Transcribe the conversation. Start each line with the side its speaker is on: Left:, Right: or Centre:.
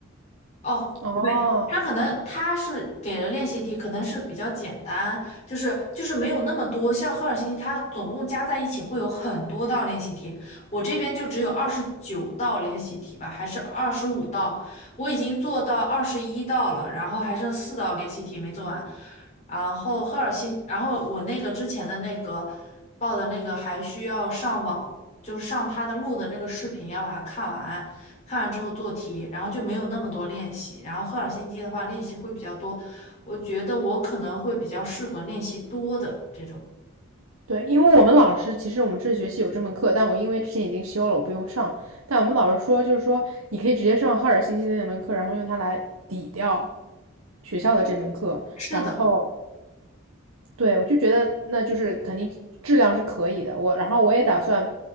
Left: 哦，
Right: 哦，
Left: 不对，他可能他是给了练习题，可能是比较简单，就是就是没有那么多。像赫尔辛基，它总共加在一起会有很多道练习题，我这边就只有二十九道练习题吧，还是二十五道，我已经做到二十一道了，然后还剩四道练习题没做完。然后赫尔辛，然后我那个之前的那个报的那个还需要上网就是上他的录的那个视频，要把它看完，看完之后做题，然后就没有那么多练习。然后赫尔辛基的话，练习会比较多，我觉得我可能会比较适合练习多的这种。
Right: 对，因为我们老师其实我们这学期有这门课，但我因为之前已经修了，我不用上。但我们老师说，就是说你可以直接上赫尔辛基的那门课，然后用它来抵掉学校的这门课。
Left: 是的，
Right: 然后，对，我就觉得那就是肯定质量是可以的。我，然后我也打算